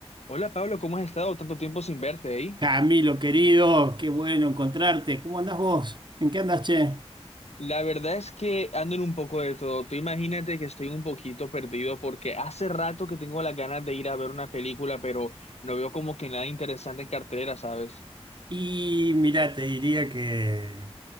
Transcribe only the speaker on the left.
Hola Pablo, ¿cómo has estado? Tanto tiempo sin verte ahí.
La verdad es que ando en un poco de todo. Tú imagínate que estoy un poquito perdido porque hace rato que tengo las ganas de ir a ver una película, pero no veo como que nada interesante en cartelera, ¿sabes?